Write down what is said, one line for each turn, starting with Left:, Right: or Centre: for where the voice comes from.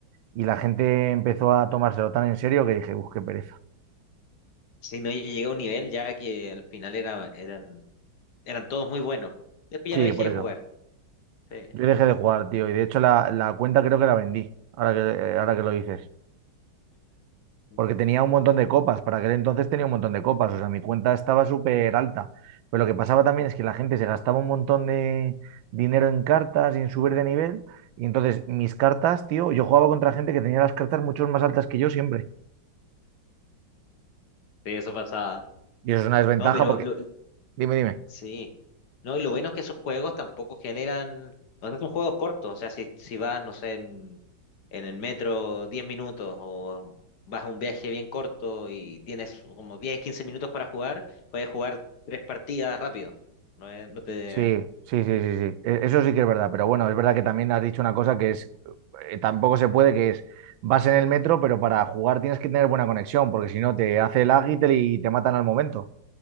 Right: Y la gente empezó a tomárselo tan en serio que dije, uff, qué pereza.
Left: sí, no, yo llegué a un nivel ya que al final era, eran, eran todos muy buenos. Después ya
Right: Sí,
Left: lo dejé
Right: por
Left: de
Right: eso.
Left: jugar. Sí,
Right: Yo dejé de jugar, tío. Y de hecho la, la cuenta creo que la vendí, ahora que, eh, ahora que lo dices.
Left: sí,
Right: Porque tenía un montón de copas. Para aquel entonces tenía un montón de copas. O sea, mi cuenta estaba súper alta. Pero lo que pasaba también es que la gente se gastaba un montón de dinero en cartas y en subir de nivel. Y entonces mis cartas, tío, yo jugaba contra gente que tenía las cartas mucho más altas que yo siempre.
Left: eso pasaba.
Right: Y eso es una desventaja
Left: No, pero
Right: porque...
Left: lo-
Right: Dime, dime.
Left: sí. No, y lo bueno es que esos juegos tampoco generan. O sea, son juegos cortos. O sea, si, si vas, no sé, en, en el metro diez minutos o vas a un viaje bien corto y tienes como 10 15 minutos para jugar, puedes jugar tres partidas rápido. No, es- no te.
Right: Sí, sí, sí, sí, sí. E- Eso sí que es verdad, pero bueno, es verdad que también has dicho una cosa que es, eh, tampoco se puede, que es, vas en el metro, pero para jugar tienes que tener buena conexión, porque si no te hace el y te, y te matan al momento.